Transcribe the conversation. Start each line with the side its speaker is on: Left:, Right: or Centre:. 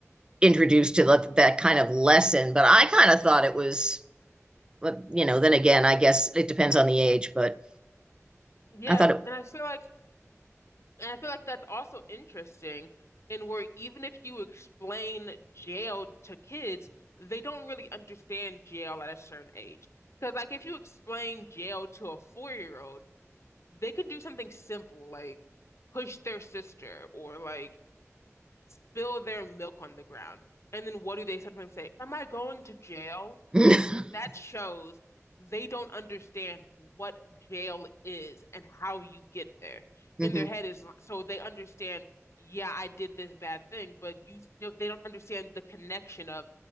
Right: introduced to that, that kind of lesson. But I kind of thought it was, you know, then again, I guess it depends on the age, but
Left: Yeah.
Right: I thought it.
Left: And I feel like And I feel like that's also interesting in where even if you explain jail to kids, they don't really understand jail at a certain age. Because like if you explain jail to a four-year-old, they can do something simple like push their sister or like spill their milk on the ground. And then what do they sometimes say? Am I going to jail?
Right: <laughs>
Left: that shows they don't understand what jail is and how you get there.
Right: Mhm.
Left: In their head is so they understand, yeah, I did this bad thing, but you still they don't understand the connection of